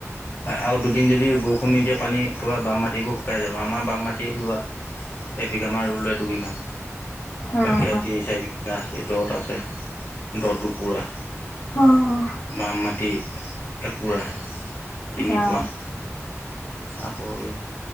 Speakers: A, on the left; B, on the left.
A: আৰু দুদিন যদি বৰষুণ নিদিয়ে পানী পুৰা বাম মাটিবোৰ শুকাই যাব আমাৰ বাম মাটি ৰুৱা এবিঘামান ৰুলে দুবিঘাম,
B: উম
A: বাকী আৰু তিনি চাৰি বিঘা আছে। দ'ত আছে। দ' দুপুৰা
B: উম
A: বাম মাটি এ এপুৰা তিনিপুৱা
B: অ
A: আকৌ এই